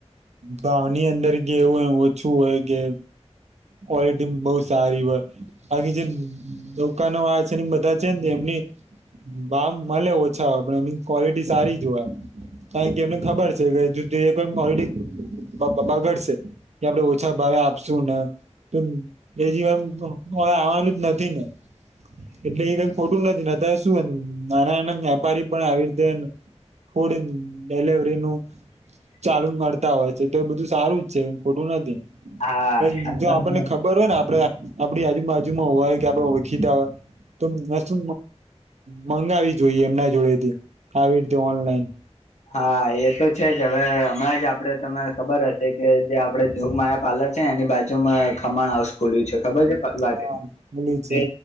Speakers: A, on the right; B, on the left.
A: ભાવની અંદર કે એવું હોય ઓછું હોય કે કોલેટી બહુ સારી હોય. બાકી જે દુકાનો વાળા છે બધા છે ને એમની ભામ મલે ઓછા હોય પણ એમની ક્વોલિટી સારી જ જોય. કારણ કે એમને ખબર છે કે ઓલડી બ બ બગડશે. કે આપડણે ઓછા ભાવે આપશુ ને. તો બીજી વાર કોઈ આવવાનું જ નથી ને. એટલે એ કઈ ખોટું નથી ને અત્યારે શું એ નાના નાના વ્યાપારી પણ આવી રીતે ને ફોડીન ડિલવરી નું ચાલુ કરતા હોય છે તો એ બધું સારું જ છે ખોટું નથી.
B: હા
A: પ જો
B: તમને
A: આપણને ખબર ખબર હોય ને આપડ આપણી આજુબાજુમાં હોય કે આપડે ઓળખીતા હોય તો મેસુ મંગાવી જોઈએ એમના જોડે થી આવી રીતે ઓનલાઈન.
B: હા એ તો છે જ હવે હમણાં જ આપડે તમને ખબર હશે કે જે આપડે જોગ માયા પાર્લર છે એની બાજુ માં ખમણ હાઉસ ખુલ્યું છે ખબર છે. વાટે
A: હા મળી છે
B: તે